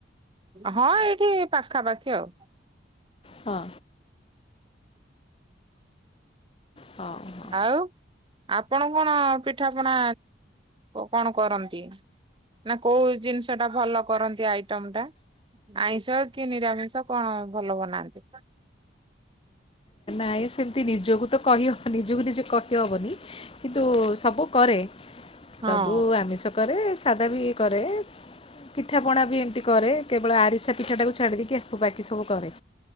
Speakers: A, on the right; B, on the left.
A: ହଁ ଏଇଠି ପାଖାପାଖି ଆଉ।
B: ହଁ ହଁ ହଁ।
A: ଆଉ। ଆପଣ କଣ ପିଠାପଣା କଣ କରନ୍ତି? ନା କୋଉ ଜିନିଷ ଟା ଭଲ କରନ୍ତି। ଆଇଟମ୍ ଟା ଆଇଁଷ କି ନିରାମିଷ କଣ ଭଲ ବନାନ୍ତି। <inaudible>
B: ନାଇଁ ସେମିତି ନିଜକୁ ତ କହି ହବନି ନିଜକୁ ନିଜେ କହିହେବନି କିନ୍ତୁ, ସବୁ କରେ।
A: ହଁ।
B: ସବୁ ଆମିଷ କରେ ସାଦା ବି କରେ ପିଠାପଣା ବି ଏମିତି କ କେବଳ ଆରିଷା ପିଠା ଟାକୁ ଛାଡ଼ି ଦେଇକି ଆଉ ବାକି ସବୁ କରେ।